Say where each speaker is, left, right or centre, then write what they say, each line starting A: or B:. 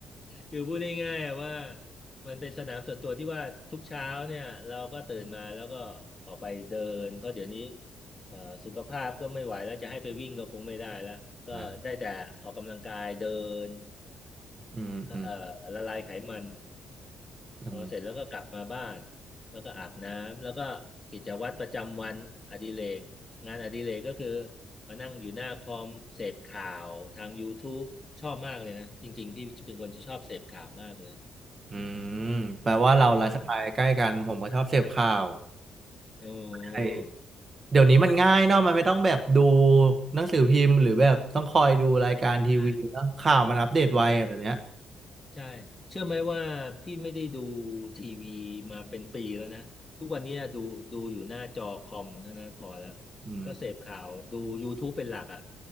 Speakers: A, on the left; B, on the right.
A: คือพูดง่ายๆว่ามันเป็นสนามส่วนตัวที่ว่าทุกเช้าเนี่ยเราก็ตื่นมาแล้วก็ออกไปเดินเพราะเดี๋ยวนี้เอ่อสุขภาพก็ไม่ไหวแล้วจะให้ไปวิ่งก็คงไม่ได้แล้วก็ได้แต่ออกกำลังกายเดิน
B: นะอืมอืม
A: เอ่อละลายไขมัน
B: อืม
A: พอเสร็จแล้วก็กลับมาบ้านแล้วก็อาบน้ำแล้วก็กิจวัตรประจำวันอดิเรกงานอดิเรกก็คือมานั่งอยู่หน้าคอมเสพข่าวทาง YouTube ชอบมากเลยนะจริงๆที่เป็นคนที่ชอบเสพข่าวมากเลย
B: อืมแปลว่าเราไลฟ์สไตล์ใกล้กันผมก็ชอบเสพข่าว
A: เออโอ
B: ใช่
A: ้
B: เดี๋ยวนี้มันง่ายเนาะมันไม่ต้องแบบดูหนังสือพิมพ์หรือแบบต้องคอยดูรายการทีวีเนาะข่าวมันอัปเดตไวอะเดี๋ยวเนี้ย
A: ใช่ ใช่ เชื่อไหมว่าพี่ไม่ได้ดูทีวีมาเป็นปีแล้วนะทุกวันเนี้ยดูดูอยู่หน้าจอคอมเท่านั้นพอแล้ว
B: อืม
A: ก็เสพข่าวดู YouTube เป็นหลักอ่ะ